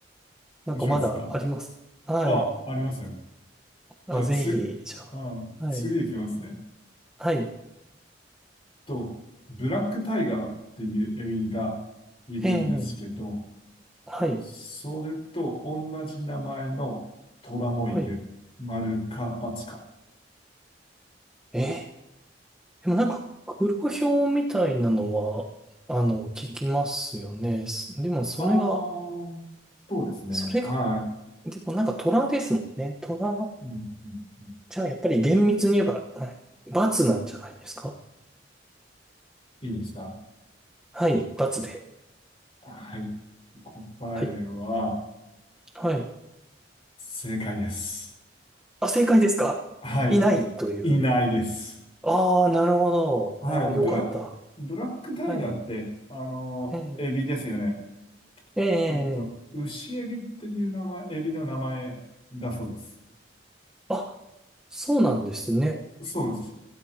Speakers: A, in the centre; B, on the left.
A: なんかまだあります。
B: 面白いですか
A: はい。
B: あ、ありますよ。
A: あ、
B: じゃあ、
A: ぜひ、
B: つ、
A: じゃあ。
B: あ、
A: はい、
B: 次いきますね。
A: はい。
B: と、ブラックタイガーっていうエビがいるんですけど、
A: ええ、はい、
B: それと同じ名前の虎もいる。
A: はい。
B: 丸か×か。
A: ええでもなんか、黒豹みたいなのは、あの、聞きますよね。すでもそれが、
B: ああ、そうですね。
A: それが、
B: はい。
A: でもなんか虎ですもんね。虎、
B: うんうんうん、
A: じゃあやっぱり厳密に言えば、はい、罰なんじゃないですか。
B: いいですか
A: はい、罰で。
B: はい。答えは、
A: はい、はい。
B: 正解です。
A: あ、正解ですかいないという。
B: はい。いないです。
A: ああ、なるほど。
B: はい、
A: いや、
B: ブラ、
A: よかった。
B: ブラックタイガーって、
A: はい。
B: あの、
A: ええ、
B: エビですよね。
A: ええ、
B: えっと、牛エビっていう名前、エビの名前だそうです。
A: あ、そうなんですね。
B: そうです。